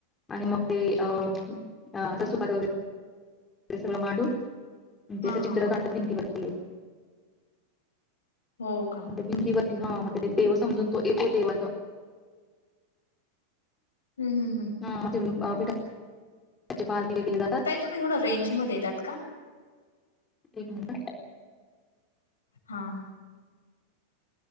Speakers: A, on the left; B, on the left.
A: आणि मंग ते ससुंपात वगैरें ते सगळं मांडून त्यांचं
B: हां
A: चित्र
B: हां हां
A: काढतां भिंतीवरती
B: हो कां
A: भिंतीवरती हां मंग ते देवं समजूंन तो येतो देवं असं
B: हम्मं हम्मं हम्मं
A: हां मेठे पांर बले जातांत
B: तुम्हीं थोडं रेंज मध्यें येतांत कां
A: एक मिनिटं
B: हां हां